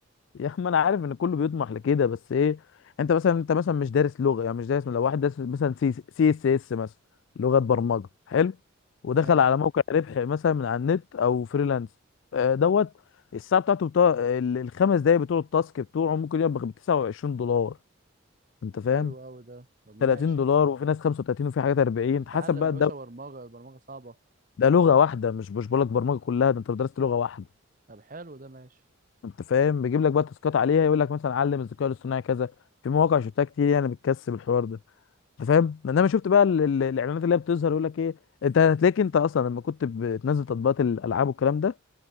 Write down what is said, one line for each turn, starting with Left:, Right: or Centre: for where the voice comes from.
Left: يا اخي ما انا عارف ان كله بيطمح لكده بس ايه انت مثلا انت مثلا مش دارس لغه يعني مش دارس لو واحد دارس مثلا سي سي اس اس مثلا لغه برمجه حلو ودخل
Right: ماشي
Left: على موقع ربح مثلا من على النت او فريلانس آه، دوت الساعه بتاعته بتاع ال- الخمس دقايق بتوع التاسك بتوعه ممكن يبقى ب 29 دولار انت فاهم
Right: حلو أوي ده طب ماشي
Left: 30 دولار وفي ناس 35 وفي حاجات 40
Right: نتعلم
Left: حسب بقى
Right: يا باشا
Left: ده
Right: برمجة البرمجة صعبة
Left: ده لغه واحده مش مش بقول لك برمجه كلها ده انت لو درست لغه واحده
Right: طب حلو ده ماشي
Left: انت فاهم بيجيب لك بقى تاسكات عليها يقول لك مثلا علم الذكاء الاصطناعي كذا في مواقع شفتها كتير يعني بتكسب الحوار ده انت فاهم انما شفت بقى ال- ال- الاعلانات اللي هي بتظهر يقول لك ايه انت هتلاقيك انت اصلا لما كنت بتنزل تطبيقات الالعاب والكلام ده